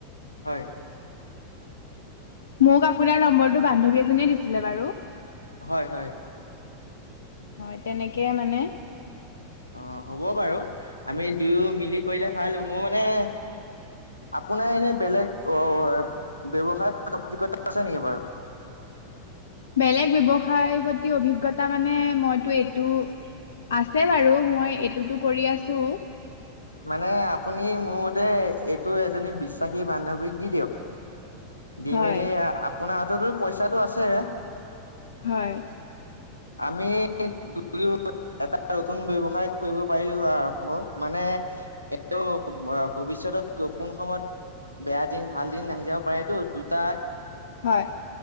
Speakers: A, on the left; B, on the left.
A: হয়।
B: মোক আপোনাৰ নম্বৰটো বান্ধৱী এজনীয়ে দিছিলে বাৰু।
A: হয় হয়।
B: হয়। তেনেকে মানে
A: অ হ'ব বাৰু আমি দুয়ো মিলি কৰিলে ভালো। মো মানে আপোনাৰ এনে বেলেগ অ ব্যৱসায় <unintelligible> আছে নেকি বাৰু?
B: বেলেগ ব্যৱসায় প্ৰতি অভিজ্ঞতা মানে, মইতো এইটো আছে বাৰু। মই এইটোতো কৰি আছোঁ।
A: মানে আপুনি মোৰ মতে এইটো এজনী বিশ্বাসী বান্ধৱীক দি দিয়ক। দি
B: হয়
A: মেলি আপোনাৰ হাততো পইচাটো আছে।
B: হয়।
A: আমি <unintelligible> এট নতুন ব্যৱসায় কৰিব পাৰিলোঁ হয় আৰম্ভ। মানে এ-টো ভৱিষ্যতত কোন সময়ত বেয়া দিন ভাল দিন আহি যাব পাৰে তো। দুটা
B: হয়।